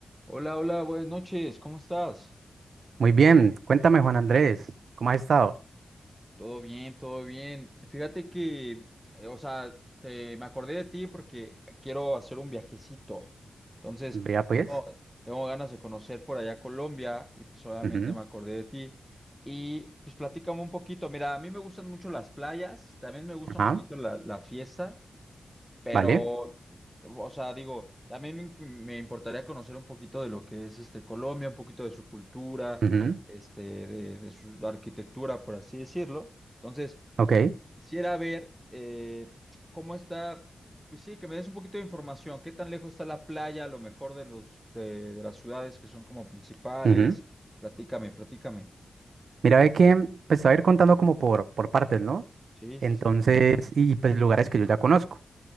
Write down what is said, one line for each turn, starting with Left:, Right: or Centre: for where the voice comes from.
Centre: Hola, hola, buenas noches, ¿cómo estás?
Right: Muy bien, cuéntame Juan Andrés, ¿cómo has estado?
Centre: Todo bien, todo bien. Fíjate que, eh, o sea, te, me acordé de ti porque quiero hacer un viajecito. Entonces,
Right: Vea pues,
Centre: tengo, tengo ganas de conocer por allá Colombia y pues obviamente
Right: ujú,
Centre: me acordé de ti. Y pues platícame un poquito. Mira, a mí me gustan mucho las playas, también me gusta
Right: ajá,
Centre: un poquito la, la fiesta. Pero,
Right: vale,
Centre: o sea, digo, también me, imp- me importaría conocer un poquito de lo que es este Colombia, un poquito de su cultura,
Right: ujú,
Centre: este, de, de su arquitectura, por así decirlo. Entonces,
Right: ok,
Centre: quisiera ver eh, cómo está, pues sí, que me des un poquito de información, qué tan lejos está la playa, a lo mejor de los de, de las ciudades que son como principales.
Right: ujú.
Centre: Platícame, platícame.
Right: Mira, ve que pues te voy a ir contando como por, por partes, ¿no?
Centre: Sí,
Right: Entonces,
Centre: sí, sí.
Right: y pues lugares que yo ya conozco.